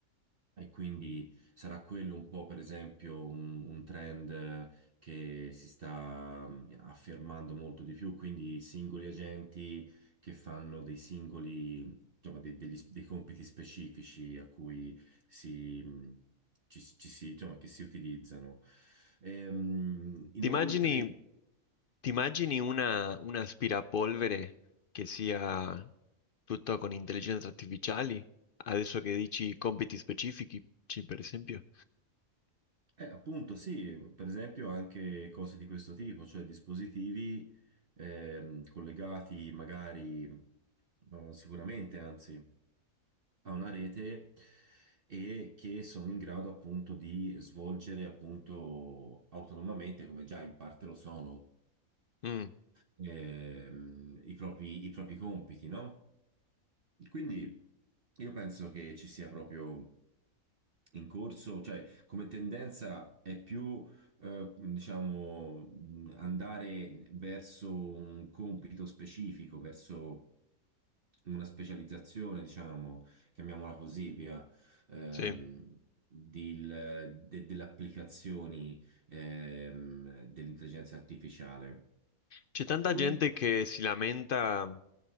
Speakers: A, on the right (about 45°); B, on the left (about 60°).
A: E quindi sarà quello un po', per esempio, un, un trend eh, che si sta mm, affermando molto di più, quindi singoli agenti che fanno dei singoli, insomma, dei, degli- dei compiti specifici a cui si, mm, ci, ci si, insomma, che si utilizzano. Ehm, inoltre,
B: Ti immagini,
A: Sì.
B: ti immagini una, un aspirapolvere che sia tutto con intelligenze artificiali? Adesso che dici compiti specifici, per esempio.
A: Eh, appunto, sì, per esempio anche cose di questo tipo, cioè dispositivi ehm, collegati magari, eh, sicuramente anzi, a una rete e che sono in grado appunto di svolgere appunto autonomamente, come già in parte lo sono,
B: Mm,
A: ehm, i propri, i propri compiti, no? Quindi io penso che ci sia proprio in corso, cioè come tendenza è più, eh, diciamo, mh, andare verso un compito specifico, verso una specializzazione, diciamo, chiamiamola così, via, ehm,
B: sì.
A: del- de- delle applicazioni ehm, dell'intelligenza artificiale.
B: C'è tanta
A: Tu?
B: gente che si lamenta,